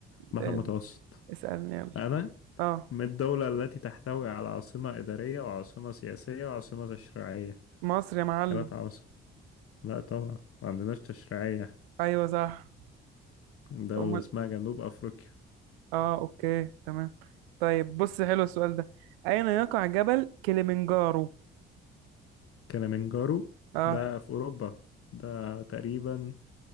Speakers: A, on the left; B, on the right.
A: بحر
B: آه،
A: متوسط
B: اسألني يلا
A: أنا
B: اه
A: من الدولة التي تحتوي على عاصمة إدارية وعاصمة سياسية وعاصمة تشريعية
B: مصر يا معلم
A: ثلاث عواصم لا طبعا ما عندناش تشريعية
B: ايوه صح
A: دولة
B: امال
A: اسمها جنوب أفريقيا
B: اه اوكي تمام طيب بص حلو السؤال ده اين يقع جبل كليمنجارو
A: كليمنجارو
B: اه
A: ده في أوروبا ده تقريبا